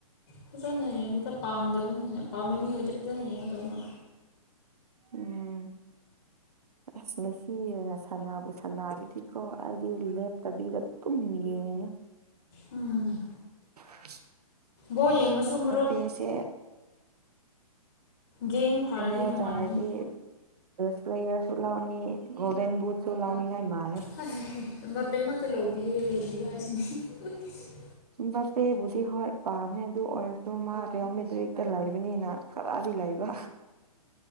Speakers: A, on the left; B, on the right.
A: ꯐꯖꯅ ꯌꯦꯡꯗꯦꯗ ꯄꯥꯝꯗꯕꯅꯤꯅ ꯄꯥꯝꯕ ꯃꯤ ꯑꯣꯏꯗꯤ ꯐꯖꯅ ꯌꯦꯡꯒꯗꯕ
B: ꯎꯝ ꯑꯁ ꯉꯁꯤ ꯑꯣꯏꯅ ꯁꯥꯟꯅꯕꯨ ꯁꯥꯟꯅꯔꯗꯗꯤꯀꯣ ꯑꯩꯗꯤ ꯂꯦꯞꯇꯕꯤꯗ ꯑꯗꯨꯝ ꯌꯦꯡꯉꯦ
A: ꯎꯝ
B: <unintelligible>
A: ꯕꯣꯜ ꯌꯦꯡꯕꯁꯨ
B: ꯃꯄꯦꯁꯦ
A: ꯃꯔꯨꯞ ꯒꯦꯡ ꯐꯥꯔꯗꯤ
B: <unintelligible>
A: ꯅꯨꯡꯉꯥꯏꯕꯅꯤ
B: ꯕꯦꯁ ꯄ꯭ꯂꯦꯌꯔꯁꯨ ꯂꯥꯎꯅꯤ ꯒꯣꯜꯗꯦꯟ ꯕꯨꯠꯁꯨ ꯂꯥꯎꯅꯤꯡꯉꯥꯏ ꯃꯥꯜꯂꯦ
A: <unintelligible>
B: ꯕꯄꯦꯕꯨꯗꯤ ꯍꯣꯏ ꯄꯥꯝꯃꯦ ꯑꯗꯨ ꯑꯣꯏꯔꯁꯨ ꯃꯥ ꯔꯤꯌꯣꯃꯦꯗ꯭ꯔꯤꯛꯇ ꯂꯩꯕꯅꯤꯅ ꯈꯔꯗꯤ ꯂꯩꯕ